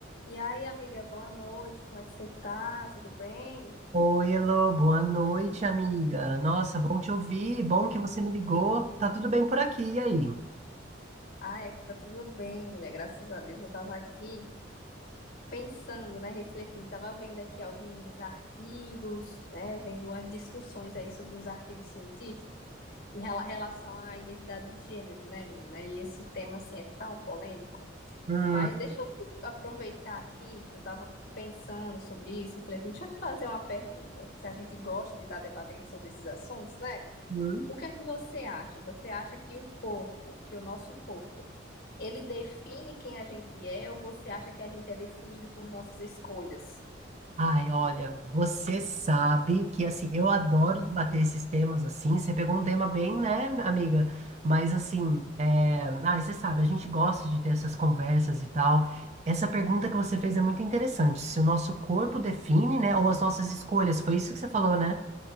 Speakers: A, on the left; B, on the right.
A: E aí, amiga, boa noite. Como é que você tá? Tudo bem?
B: Oi, Elô, boa noite, amiga. Nossa, bom te ouvir, bom que você me ligou. Tá tudo bem por aqui, e aí?
A: Ai, aqui tá tudo bem, mulher. Graças a Deus. Eu tava aqui pensando, né, refletindo. Tava vendo aqui alguns artigos, né, vendo umas discussões aí sobre uns artigos científicos em rela- relação à identidade de gênero, né, menina? E esse tema, assim, é tão polêmico.
B: Hum,
A: Mas deixa eu aproveitar aqui que eu tava pensando sobre isso, refletindo. Deixa eu te fazer uma pergunta. Se a gente gosta de estar debatendo sobre esses assuntos, né?
B: hum.
A: O que é que você acha? Você acha que o corpo, que o nosso corpo, ele define quem a gente é ou você acha que a gente é definido por nossas escolhas?
B: Ai, olha, você sabe que, assim, eu adoro debater esses temas, assim, você pegou um tema bem, né, amiga? Mas, assim, é... ai, você sabe, a gente gosta de ter essas conversas e tal. Essa pergunta que você fez é muito interessante, se o nosso corpo define, né, ou as nossas escolhas, foi isso que você falou, né?